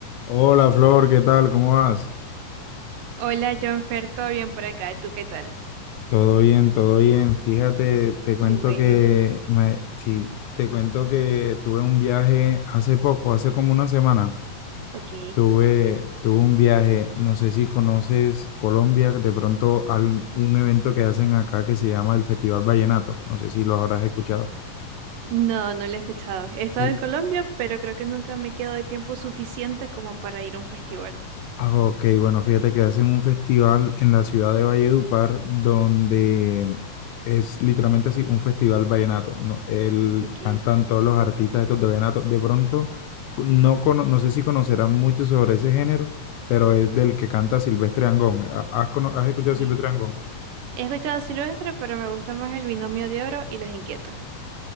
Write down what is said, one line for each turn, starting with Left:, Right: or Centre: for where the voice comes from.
Left: Hola Flor, ¿qué tal? ¿Cómo vas?
Right: Hola, Jonfer, ¿todo bien por acá? ¿Tú qué tal?
Left: Todo bien, todo bien. Fíjate, te cuento
Right: Qué bueno.
Left: que me, sí, te cuento que tuve un viaje hace poco, hace como una semana.
Right: Ok.
Left: Tuve, tuve un viaje, no sé si conoces Colombia, de pronto al- un evento que hacen acá que se llama el Festival Vallenato. No sé si lo habrás escuchado.
Right: No, no lo he escuchado. He estado
Left: Sí.
Right: en Colombia, pero creo que nunca me quedo de tiempo suficiente como para ir a un festival.
Left: Ah, ok, bueno, fíjate que hacen un festival en la ciudad de Valledupar donde es literalmente así, un festival vallenato, ¿no? El,
Right: Ok,
Left: cantan todos los artistas estos de vallenato. De pronto, cu- no, cono- no sé si conocerán mucho sobre ese género, pero es del que canta Silvestre Angón. ¿Ha- ¿Has, cono- has escuchado
Right: sí.
Left: a Silvestre Angón?
Right: He escuchado Silvestre, pero me gusta más el Binomio de Oro y Los Inquietos.